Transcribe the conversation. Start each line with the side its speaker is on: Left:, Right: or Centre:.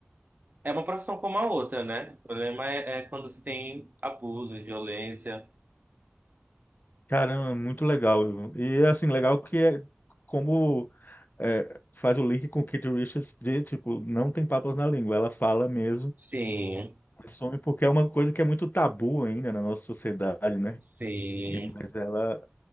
Right: É uma profissão como a outra, né? O problema é, é quando se tem abuso violência.
Left: Caramba, muito legal. viu? E assim, legal que é como é, faz o link com Kate Richards de, tipo, não tem papas na língua, ela fala mesmo,
Right: Sim.
Left: assume, porque é uma coisa que é muito tabu ainda na nossa sociedade, né?
Right: Sim,
Left: E- mas ela,